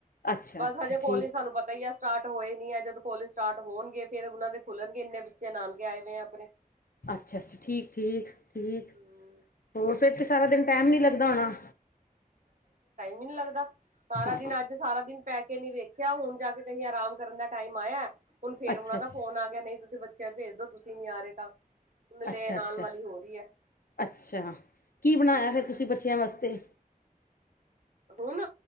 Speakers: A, on the left; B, on the right.
A: ਅੱਛਾ
B: ਬਸ
A: ਅੱਛਾ
B: ਹਜੇ
A: ਠੀਕ
B: ਕੋਲਜ਼ ਸਾਨੂੰ ਪਤਾ ਹੀ ਆ ਸਟਾਰਟ ਹੋਏ ਨੀ ਐ, ਜਦੋਂ ਕੋਲਜ਼ ਸਟਾਰਟ ਹੋਨਗੇ ਫੇਰ ਉਹਨਾਂ ਦੇ ਖੁੱਲਨਗੇ ਇੰਨੇ ਬੱਚੇ ਨਾਨਕੇ ਆਏ ਨੇ ਆਪਨੇ।
A: ਅੱਛਾ-ਅੱਛਾ, ਠੀਕ-ਠੀਕ, ਠੀਕ
B: ਹਮ
A: ਹੋਰ ਫਿਰ ਤੇ ਸਾਰਾ ਦਿਨ ਟਾਈਮ ਨੀ ਲੱਗਦਾ ਹੋਨਾ।
B: ਨੀ ਲੱਗਦਾ, ਸਾਰਾ
A: ਹਾਂ
B: ਦਿਨ
A: ਹਾਂ
B: ਅੱਜ ਸਾਰਾ ਦਿਨ ਪੈ ਕੇ ਨੀ ਵੇਖਿਆ ਹੁਨ ਜਾ <unintelligible> ਆਰਾਮ ਕਰਨ ਦਾ ਟਾਈਮ ਆਇਆ, ਹੁਨ ਫੇਰ
A: ਅੱਛਾ
B: ਉਹਨਾਂ
A: ਅੱਛਾ
B: ਦਾ ਫੋਨ ਆ ਗਿਆ ਨਹੀਂ ਤੁਸੀਂ ਬੱਚਿਆਂ ਭੇਜ ਦੋ ਤੁਸ ਨਹੀਂ ਆ ਰਹੇ ਤਾਂ ਉਹਨੂੰ ਲੈਨ
A: ਅੱਛਾ ਅੱਛਾ
B: ਆਨ ਵਾਲੀ ਹੋ ਰਹੀ ਹੈ,
A: ਅੱਛਾ ਕੀ ਬਣਾਇਆ
B: ਹੂੰ।
A: ਫਿਰ ਤੁਸੀਂ ਬੱਚਿਆਂ ਵਾਸਤੇ
B: ਹੁਨ,